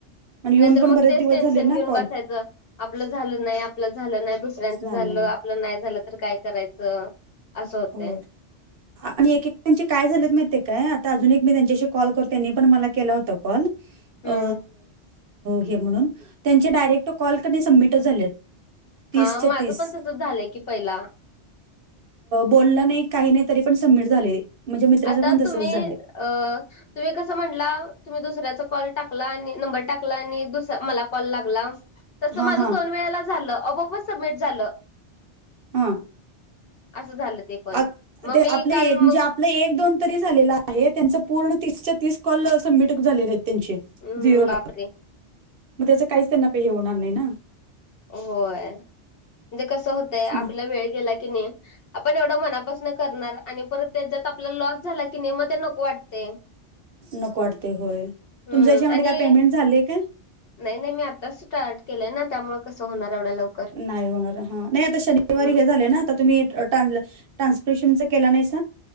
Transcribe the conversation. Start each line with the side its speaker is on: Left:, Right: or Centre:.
Right: आणि येऊन
Left: नाहीतर
Right: पण
Left: मग
Right: बरेच
Left: तेच
Right: दिवस
Left: टेन्शन
Right: झाले ना
Left: घेऊन
Right: कॉल
Left: बसायचं आपलं झालं नाही. आपलं झालं नाही दुसऱ्यांच
Right: झाला
Left: झालं
Right: नाही
Left: आपलं नाही झालं तर काय करायचं. असं होतय
Right: हो. आणि एककचे काय झालेत माहि काय आता अजून एक मी त्यांच्याशी कॉल कर त्यांनी पण मला केला होता कॉल अ
Left: हम्म
Right: हे म्हणून त्यांचे डायरेक्ट कॉल कर सबमिट झालेत. तीसच्या
Left: हा मागं
Right: तीस
Left: पण तसं झालंय की पहिला
Right: बोललं नाही काही नाही तरी पण सबमिट झाले म्हणजे मित्राच
Left: आता
Right: पण तसच
Left: तुम्ही
Right: झाले.
Left: अ. तुम्ही कसं म्हटला तुम्ही दुसऱ्याचा कॉल टाकला आणि नंबर टाकला आणि दुस मला कॉल लागला. तस
Right: हा
Left: माझं
Right: हा
Left: दोन वेळेला झालं अबोबच सबमिट झालं.
Right: हा.
Left: असं झालं ते पण
Right: आत
Left: मग
Right: ते
Left: मी
Right: आपले
Left: काल
Right: एक म्हणजे
Left: मग
Right: आपलं एक दोन तरी झालेला आहे त्यांच पूर्ण तीसच्या तीस कॉल सबमिट झालेले आहेत त्यांचे
Left: हम्म
Right: झिओला
Left: बाप रे.
Right: मग त्याच काहीच त्यांना प हे होणार नाही ना.
Left: होय म्हणजे कस होतंय आपला
Right: मग
Left: वेळ गेला की नाही. आपण एवढं मनापासन करणार आणि परत त्याच्यात आपला लॉस झाला की नेम ते नको वाटते.
Right: नको वाटते होय
Left: हम्म
Right: तुमच याच्यामध्ये
Left: आणि
Right: काय पेमेंट झालंय का?
Left: नाही नाही मी आताच स्टार्ट केलंय ना त्यामुळे कसं होणार एवढा लवकर.
Right: नाही होणार हा नाही आता शनिवारी
Left: हम्म.
Right: हे झाले ना आता तुम्ही ट्रान्सपोर्टेशनचा केला नाही.